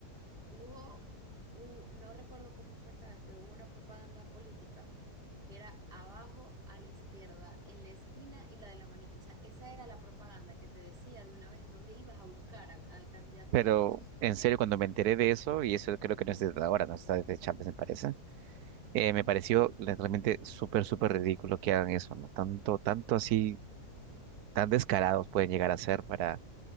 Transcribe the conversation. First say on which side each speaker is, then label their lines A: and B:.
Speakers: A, on the right (about 35°); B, on the right (about 75°).
A: Hubo, u- no recuerdo cómo fue esta vez, pero hubo una propaganda política que era abajo a la izquierda, en la esquina y la de la manito. O sea, esa era la propaganda que te decía de una vez dónde ibas a buscar al, al candidato
B: Pero
A: de la oposición.
B: en serio, cuando me enteré de eso, y eso creo que no es desde ahora, no está desde Chávez, me parece, Eh, me pareció la- realmente súper, súper ridículo que hagan eso, ¿no? Tanto, tanto así, tan descarados pueden llegar a ser para